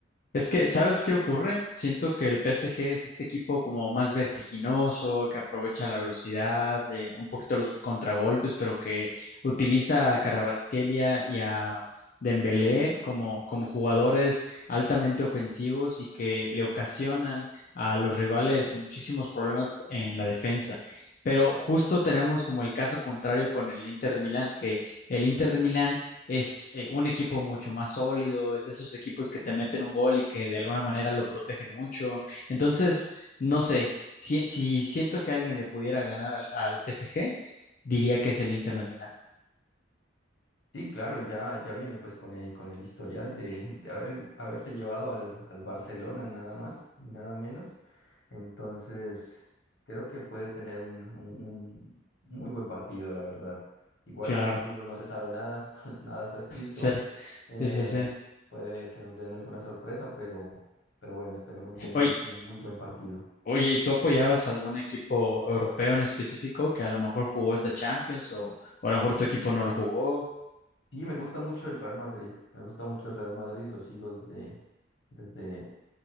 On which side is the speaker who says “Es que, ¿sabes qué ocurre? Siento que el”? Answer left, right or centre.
Left